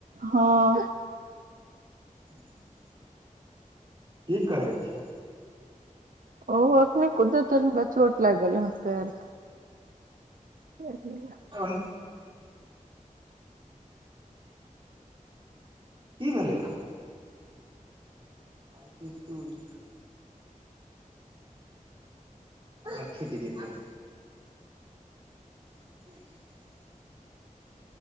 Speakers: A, on the right; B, on the right.
A: हँ
B: ह <inaudible> की कहै छै
A: ओ अखने कुदलै तनिका चोट लागि गैलैहन पैरमे <unintelligible>
B: अन की भेलै हो आहिरे तोरी आब छुटि जेतै ह <inaudible> <inaudible>